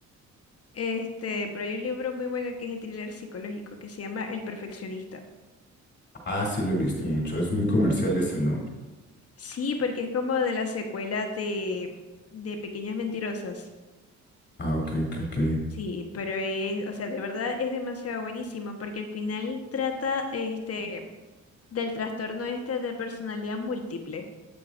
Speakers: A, on the left; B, on the left.
A: Este, pero hay un libro muy bueno que es de thriller psicológico que se llama El Perfeccionista.
B: Ah, sí lo he visto
A: Y-
B: mucho. Es muy comercial ese, ¿no?
A: Sí, porque es como de la secuela de, de Pequeñas Mentirosas.
B: Ah, ok, ok, ok.
A: Sí, pero es, o sea, de verdad es demasiado buenísimo porque al final trata este del trastorno este de personalidad múltiple.